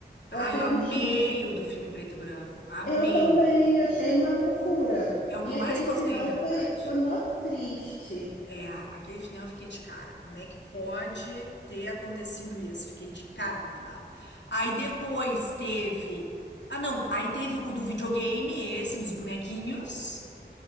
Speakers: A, on the left; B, on the left.
A: Ah,
B: Eu achei
A: eu amei
B: bonitinho.
A: o do filme preto e branco. Amei.
B: Eu também achei uma fofura.
A: É o
B: E
A: que eu
B: aquele
A: mais gostei,
B: final
A: na verdade.
B: foi, foi mó triste.
A: É, aquele final eu fiquei de cara. Como é que pode ter acontecido isso? Fiquei de cara com o final. Aí depois teve. Ah, não. Aí teve o do videogame, esse, dos bonequinhos.